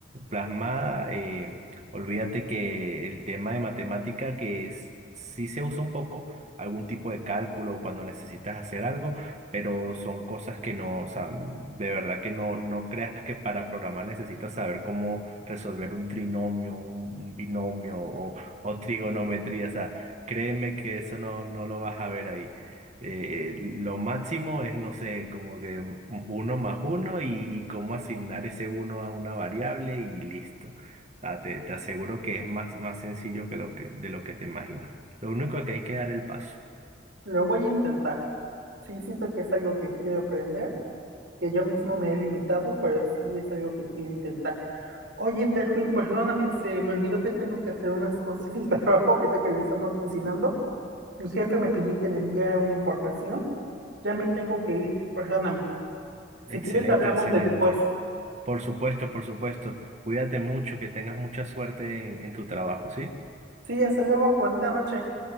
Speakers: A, on the right; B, on the right.
A: plasmada, eh, olvídate que el tema de matemática que s- sí se usa un poco, algún tipo de cálculo cuando necesitas hacer algo, pero son cosas que no, o sea, de verdad que no, no creas que para programar necesitas saber cómo resolver un trinomio, un, un binomio o, o trigonometría, o sea, créeme que eso no, no lo vas a ver ahí. Eh, lo máximo es, no sé, como que un- uno más uno y, y cómo asignar ese uno a una variable y listo. O sea, te, te aseguro que es más, más sencillo que lo que, de lo que te imaginas. Lo único es que hay que dar el paso.
B: Lo voy a intentar. Sí, siento que es algo que quiero aprender, que yo mismo me he limitado, pero sí es algo que quiero intentar. Oye, Derwin, perdóname, se me olvidó que tengo que hacer unas cosas del trabajo ahorita que lo estamos mencionando. Mi jefe me pidió que le enviara una información. Ya me tengo que ir, perdóname.
A: Excelente,
B: Si quieres, hablamos
A: excelente.
B: después.
A: Por supuesto, por supuesto. Cuídate mucho, que tengas mucha suerte en, en tu trabajo, ¿sí?
B: Sí, hasta luego, bonita noche.